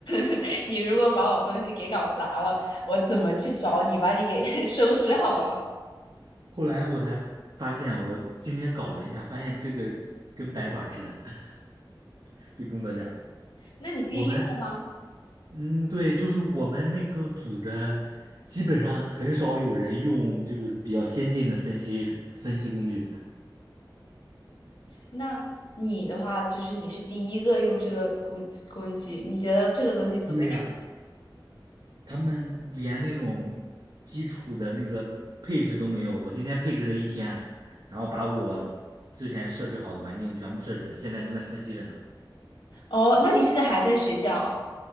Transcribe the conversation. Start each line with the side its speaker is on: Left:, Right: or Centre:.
Left: <laughs> 你如果把我东西给搞砸了，我怎么去找你把你给 <laughs> 收拾好了？
Right: 后来我才发现，我今天搞了一下，发现这个跟白板儿似的，<laughs> 这工作站，
Left: 那你今天用了吗？
Right: 我们嗯，对，就是我们那个组的，基本上很少有人用这个比较先进的分析分析工具。
Left: 那你的话就是你是第一个用这个工工具，你觉得这个东西怎么样？
Right: 对呀，他们连那种基础的那个配置都没有。我今天配置了一天，然后把我之前设置好的环境全部设置，现在正在分析着呢。
Left: 哦，那你现在还在学校啊？